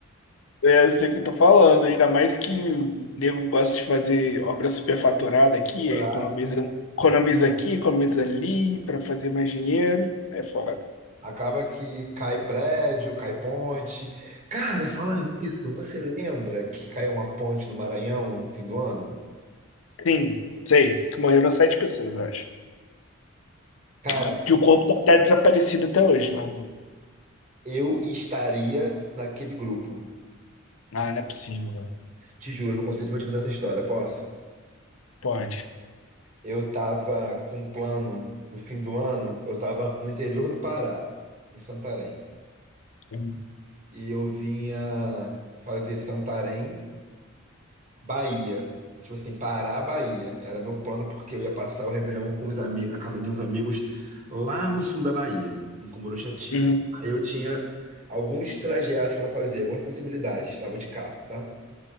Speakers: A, on the left (about 75°); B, on the right (about 35°).
A: <laughs> é, eu sei o que eu tô falando. Ainda mais que o nego gosta de fazer obra superfaturada
B: Estruturada.
A: aqui, aí economiza, economiza aqui, economiza ali pra fazer mais dinheiro. É foda.
B: Acaba que cai prédio, cai ponte. Cara, falando nisso, você lembra que caiu uma ponte no Maranhão no fim do ano?
A: Sim, sei. Que morreram sete pessoas, eu acho.
B: Cara,
A: Que, que o corpo tá até desaparecido até hoje lá no.
B: Eu estaria naquele grupo.
A: Ah, não é possível, velho.
B: Te juro, vou contar, vou te contar essa história, posso?
A: Pode.
B: Eu tava com um plano do fim do ano, eu tava no interior do Pará, em Santarém.
A: Uhum.
B: E eu vinha fazer Santarém, Bahia. Tipo assim, Pará, Bahia. Era meu plano porque eu ia passar o Réveillon com os amigos, na casa de uns amigos lá no sul da Bahia, em Cumuruxatiba.
A: Uhum.
B: Aí eu tinha alguns trajetos para fazer, algumas possibilidades, estava de carro, tá?